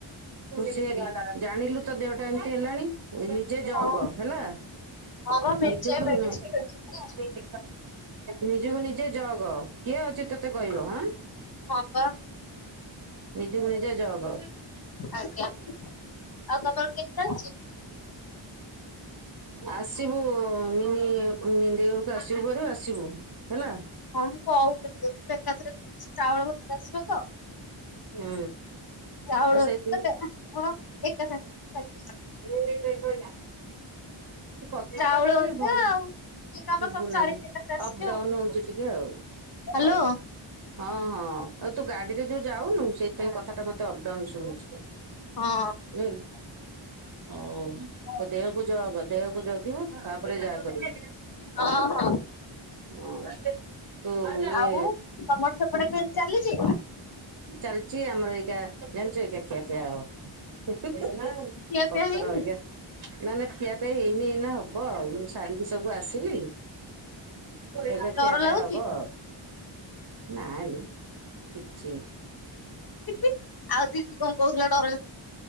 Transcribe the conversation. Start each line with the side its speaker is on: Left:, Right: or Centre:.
Right: ଖୁସି ହେଲି ଜାଣିଲୁ ତ ଦେହ ଏଟା ଏମିତି ହେଲାଣି। ନିଜେ ଜଗ
Left: ହଁ
Right: ହେଲା,
Left: ହଁ ବା ମେଞ୍ଚେ
Right: ନିଜକୁ
Left: ମେଡିସିନ
Right: ନି
Left: ଫେଡିସିନ ଦେଇଛି
Right: ନିଜକୁ ନିଜେ ଜଗ। କିଏ ଅଛି? ତତେ କହିବ ହାଁ।
Left: ହଁ ବା
Right: ତୁ ନିଜେ ଜଗ। <unintelligible>
Left: ଆଜ୍ଞା। ଆଉ ତମର କେମିତି ଚାଲିଛି?
Right: ଆସିବୁ ମିନି ମିନିଦେଈ ଘରକୁ ଆସିବୁ ହେରି ଆସିବୁ, ହେଲା।
Left: ହଁ ମୁଁ କହୁଥିଲି <unintelligible> ଏକାଥରେ <inaudible> ଚାଉଳ ଧରି ଆସିବ ତ।
Right: ହୁଁ।
Left: ଚାଉଳ
Right: ଆଉ
Left: <inaudible>
Right: ସେଇଥି
Left: ହଁ ପା ଏକା ସାଙ୍ଗେ ସେ ସେଲଫିସ୍।
Right: ଏଁଏଁ କଥାଟା
Left: ଚାଉଳ
Right: କାଇଁକି
Left: ହେରିକା
Right: ଭଲ
Left: ଆଉ ଇଏ କାମ
Right: ଶୁଭୁ
Left: ସବୁ
Right: ନାହିଁ?
Left: ସାରିକି ଏକାଥରେ ଆସିବି
Right: ଅପ୍ ଡାଉନ୍
Left: ଆଉ।
Right: ହଉଛି ଟିକେ ଆଉ
Left: ହ୍ୟାଲୋ
Right: ହଉ ହଁ ହଁ ଆଉ ତୁ ଗାଡିରେ ଯୋଉ ଯାଉନୁ, ସେଇଥିପାଇଁ କଥାଟା ମତେ ଅପଡାଉନ୍ ଶୁଭୁଛି। ନେଉଲ।
Left: ହଁ।
Right: ହଉ।
Left: ହଁ
Right: ତ ଦେହକୁ ଜଗ, ଦେହକୁ ଜଗିବୁ ତାପରେ ଯାହା କରିବୁ।
Left: ହଁ
Right: ହୁଁ। ତୋ ଇଏ
Left: ଆଉ ତମର ସେପଟେ କେମିତି ଚାଲିଛି?
Right: ଚାଲଚି ଆମର ଏଇକା ଜାଣିଛ ଏଟା ଖିଆପିଆ ଆଉ। ହେଇଗଲା ଆଉ।
Left: ଖିଆ
Right: ପତ୍ର
Left: ପିଆ ହେଇନି?
Right: ଆଜ୍ଞା। ନା ନା ଖିଆ ପିଆ ହେଇନି ଏଇନା ହବ ଆଉ। ମୁଁ ସାରିକି ସବୁ ଆସିଲି। ଏବେ
Left: ଡର
Right: ଖିଆ ପିଆ
Left: ଲାଗୁଛି?
Right: ହବ ଆଉ। ନା, ରେ କିଛି ହେଇନି।
Left: ହିଁ ହିଁ ଆଉ ଦିଦି କଣ କହୁଥିଲା ଡ଼ରରେ?